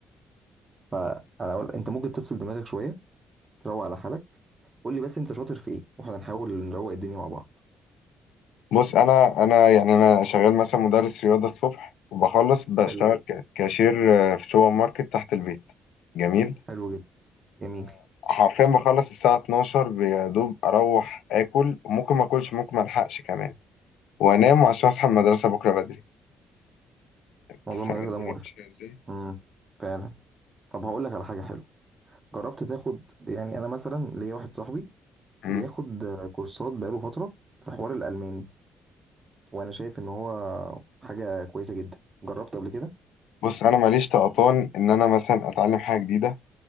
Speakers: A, on the right (about 30°); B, on the left (about 80°).
A: <laughs> فانا أقول انت ممكن تفصل دماغك شويه تروق على حالك قول لي بس انت شاطر في ايه واحنا نحاول نروق الدنيا مع بعض
B: بص انا انا يعني انا شغال مثلا مدرس رياضه الصبح وبخلص بشتغل
A: حلو جدا
B: ك- كاشير آه، في سوبر ماركت تحت البيت جميل
A: حلو جدا جميل
B: حرفيا بخلص الساعه 12 يا دوب اروح اكل ممكن ما اكلش ممكن ما الحقش كمان وانام عشان اصحى المدرسه بكره بدري أنت
A: موضوع المدرسه
B: فاهم الدنيا
A: ده مقرف
B: ماشيه ازاي
A: امم فعلا طب هقول لك على حاجه حلوه جربت تاخد يعني انا مثلا ليا واحد صاحبي
B: مم.
A: بياخد كورسات بقاله فتره في حوار الالماني وانا شايف ان هو حاجه كويسه جدا جربت قبل كده
B: بص انا ماليش طقطان ان انا مثلا اتعلم حاجه جديده